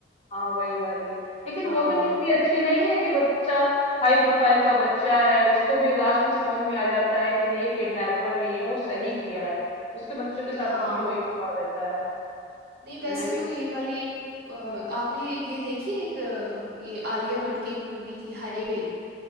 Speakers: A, on the left (about 35°); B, on the right (about 60°).
A: हाँ वही वाली लेकिन
B: हाँ
A: वो भी कितनी अच्छी नहीं है कि बच्चा हाई प्रोफाइल का बच्चा है उसको भी लास्ट में समझ में आ जाता है कि नहीं ये किडनैपर नहीं है वो सही किया है उसके बच्चों के साथ
B: हाँ
A: तो भी वही हुआ रहता है
B: नहीं वैसे
A: है ना ये
B: तो ये वाली एक अ,
A: हम्म
B: आपने ये देखी है एक अ, ये आलिया भट्ट की एक मूवी थी हाईवे